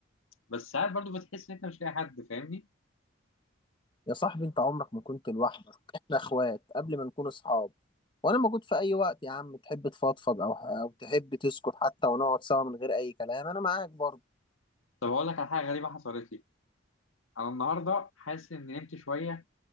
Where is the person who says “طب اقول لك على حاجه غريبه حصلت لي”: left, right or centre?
Left